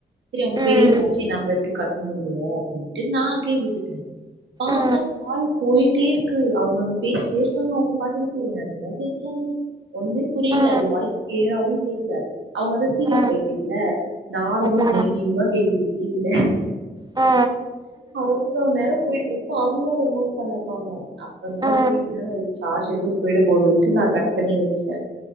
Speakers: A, on the right (about 75°); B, on the right (about 20°).
A: செரி அவங்க
B: ம்
A: பெரியங்களாச்சி நம்ம எப்டி கட் முடியு நா அப்டியே விட்டுட்டே பாத்தா
B: ஆ
A: கால் போயிட்டே இருக்கு அவங்க அங்க பேசிட்டே இருக்காங்க அவங்க பாட்டுக்கிட்டு என்ன என்னமோ பேசறாங்க ஒண்ணுமே புரியல
B: ஆ
A: அது வாய்ஸ் கிளியராவு கேக்கல அவங்கதா சீரியல்
B: ஆ
A: பைத்தியோ இல்ல நாடகோ
B: அதா
A: தெளிவா கேக்குது டிவில
B: ஆ
A: அவ்ளோ நேரோ போயிட்டு இருக்கு அவங்களு அத நோட் பண்ணக்கானு அப்புறந்தா
B: ஆ
A: செரி என்னடா இது சார்ஜ எதுவு போயிட போதுன்ட்டு நா கட் பண்ணி வெச்சே